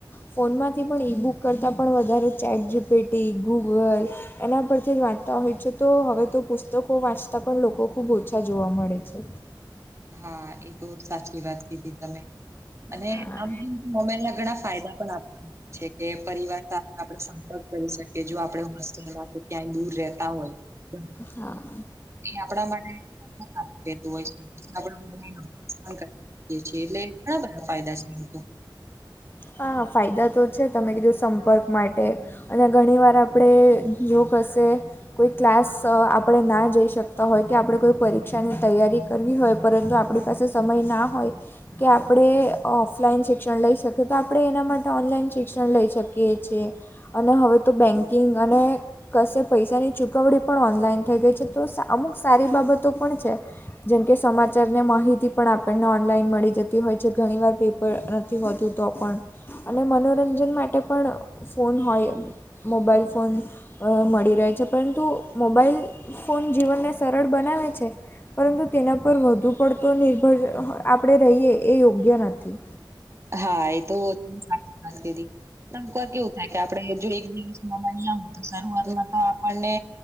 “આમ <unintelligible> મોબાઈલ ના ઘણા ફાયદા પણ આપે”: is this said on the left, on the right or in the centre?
Right